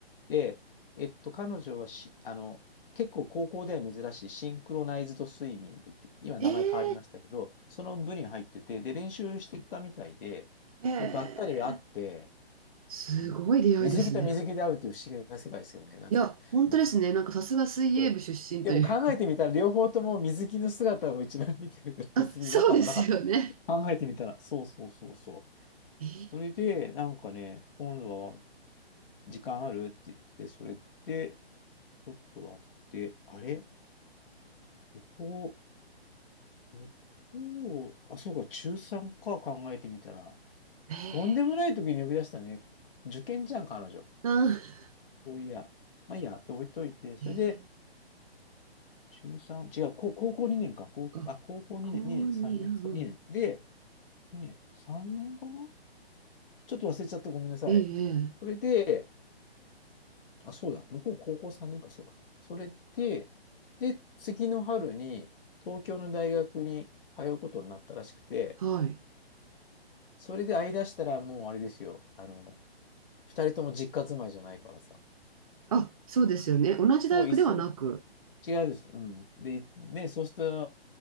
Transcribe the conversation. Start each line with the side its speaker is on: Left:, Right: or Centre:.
Left: で、えっと、彼女はし、あの、結構高校では珍しいシンクロナイズドスイミングって、今名前変わりましたけど、
Right: ええ、
Left: その部に入ってて、で、練習してたみたいで、
Right: ええ
Left: で、ばったり会って、
Right: すごい出会いですね。
Left: うん、水着と水着で会うっていう不思議な世界ですよね、なんか。
Right: いや、本当ですね。
Left: 夏
Right: なんかさすが水泳部出身という
Left: そうでも考えてみたら、両方とも水着の姿を一番見てるから、
Right: あ、
Left: 別に違和感はなかった。
Right: そうですよね。
Left: 考えてみたら、そうそうそうそう。
Right: えー、
Left: それで、なんかね、今度は時間あるって言って、それで、ちょっと割って、あれ向こう、向こう、あ、そうか、中3か考えてみたら、
Right: え
Left: とんでもない時に呼び出したね。受験じゃん、彼女。
Right: ー、あ、
Left: そういや。まあいいや、って置いといて、それで、
Right: えー、
Left: 中3、違う、高高校2年か、高校、
Right: あ、
Left: あ、高校2年、
Right: 高二、
Left: 2年、3年、
Right: うんうん、
Left: そう、2年。で、2年、3年かなちょっと忘れちゃってごめんなさい。
Right: ええ、ええ、
Left: それで、あ、そうだ、向こう高校3年か、そうだ。それで、で、次の春に東京の大学に通うことになったらしくて、
Right: はい。
Left: それで会い出したらもうあれですよ、あの、2人とも実家住まいじゃないからさ。
Right: あ、そうですよね。同じ大学ではなく。
Left: そう、いす、違うです。うん。で、ね、そうすると、